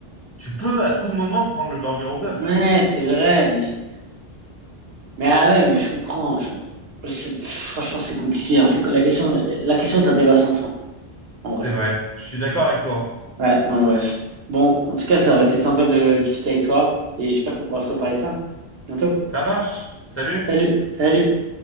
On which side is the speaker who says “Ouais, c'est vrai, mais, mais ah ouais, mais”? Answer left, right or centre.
Right